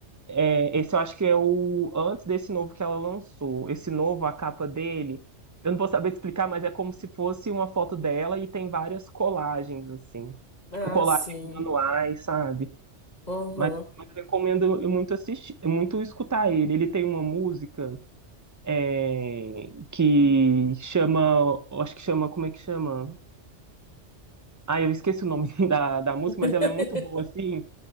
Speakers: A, on the right; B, on the left.
A: É, esse eu acho que é o antes desse novo que ela lançou. Esse novo, a capa dele, eu não vou saber te explicar, mas é como se fosse uma foto dela e tem várias colagens, assim,
B: Ah,
A: tipo colagens
B: sim.
A: manuais, sabe?
B: Aham,
A: Mas, mas eu recomendo muito assistir, muito escutar ele. Ele tem uma música é, que chama, acho que chama, como é que chama? Ah, eu esqueci o nome <laughs> da, da música,
B: <laughs>
A: mas ela é muito boa, assim,